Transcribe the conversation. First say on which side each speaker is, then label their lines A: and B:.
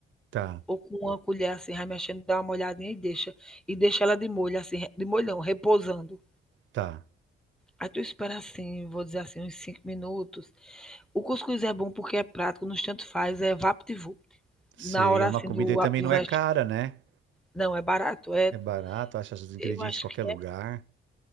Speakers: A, on the right; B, in the centre.
A: tá,
B: ou com uma colher, assim, vai mexendo, dá uma olhadinha e deixa. E deixa ela de molho, assim, de molhão, repousando.
A: tá.
B: Aí tu espera, assim, vou dizer assim, uns cinco minutos, O cuscuz é bom porque é prático, nos tanto faz, é vapt-vupt. Na
A: Sei,
B: hora
A: é uma
B: assim
A: comida
B: do
A: e também
B: do
A: não
B: vesti
A: é cara, né?
B: não, é barato, é
A: É barato, acha os ingredientes
B: eu acho
A: em qualquer
B: que
A: lugar.
B: é